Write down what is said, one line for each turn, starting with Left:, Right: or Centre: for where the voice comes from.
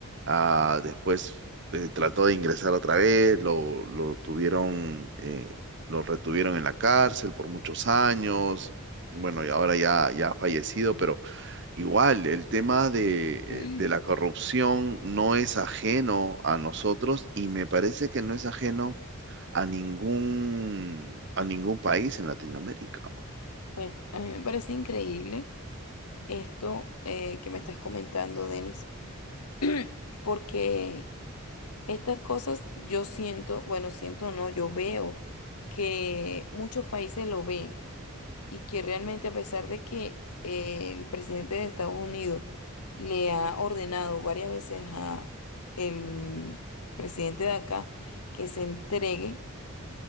Right: Ah, después eh, trató de ingresar otra vez, lo, lo tuvieron. eh, lo retuvieron en la cárcel por muchos años, bueno, y ahora ya, ya ha fallecido, pero igual el tema de, eh,
Left: Mm.
Right: de la corrupción no es ajeno a nosotros y me parece que no es ajeno a ningún, a ningún país en Latinoamérica.
Left: Pues a mí me parece increíble esto eh, que me estás comentando, Denis, <clears throat> porque Estas cosas yo siento, bueno, siento no, yo veo que muchos países lo ven y que realmente a pesar de que eh, el presidente de Estados Unidos le ha ordenado varias veces a el presidente de acá que se entregue,